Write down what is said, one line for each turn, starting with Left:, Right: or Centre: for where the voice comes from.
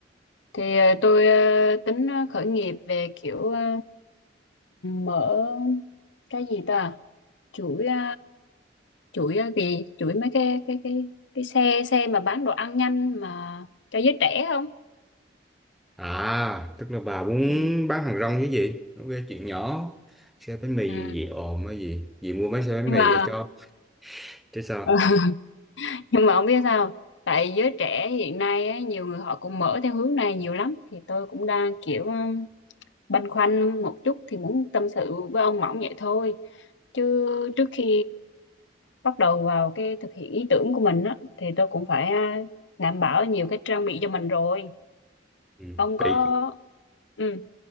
Left: Thì ờ, tôi ờ, tính ờ, khởi nghiệp về kiểu ờ, mở cái gì ta? Chuỗi ờ, chuỗi ờ, gì chuỗi mấy cái cái cái cái xe xe mà bán đồ ăn nhanh mà cho giới trẻ không
Centre: À, tức là bà muốn
Left: ừ.
Centre: bán hàng rong chứ gì? Ok, chuyện nhỏ. Xe bánh mì
Left: Ừ.
Centre: gì gì ồn hay gì? Gì mua mấy xe bánh
Left: nhưng
Centre: mì
Left: mà
Centre: để cho chứ sao?
Left: <laughs> nhưng mà không biết sao tại giới trẻ hiện nay á, nhiều người họ cũng mở theo hướng này nhiều lắm thì tôi cũng đang kiểu um, băn khoăn một chút thì muốn tâm sự với ông Mỏng vậy thôi chứ trước khi bắt đầu vào cái thực hiện ý tưởng của mình á thì tôi cũng phải à, đảm bảo nhiều cái trang bị cho mình rồi
Centre: Ừ.
Left: ông
Centre: Vậy
Left: có ừ